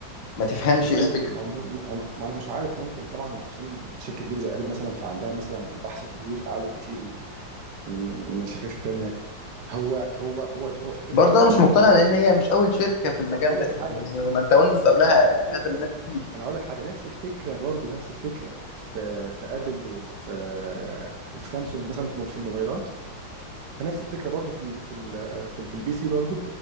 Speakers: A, on the left (about 80°); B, on the right (about 65°).
A: ما تفهمش
B: بالظبط
A: ايه الفكرة
B: ما عندهم ما انا مش عارف ممكن طبعا عشان شركه كبيره زي ابل مثلا فعندها مثلا بحث وتطوير اعلى بكتير من من من الشركات التانيه هو هو هو هو الشركات
A: برضه
B: التانيه
A: انا
B: عندها
A: مش مقتنع لان هي مش اول شركة في
B: اصلا
A: المجال
B: اقول
A: ده
B: لك
A: يعني
B: حاجه
A: ما انت ويندوز
B: نفس
A: قبلها
B: نفس الفكره
A: اقدم منها بكتير
B: ما انا هقول لك حاجه نفس الفكره برضو نفس الفكره في في ابل وفي وفي سامسونج مثلا في في الموبايلات فنفس الفكره برضو في ال في ال في, ال في البي سي برضو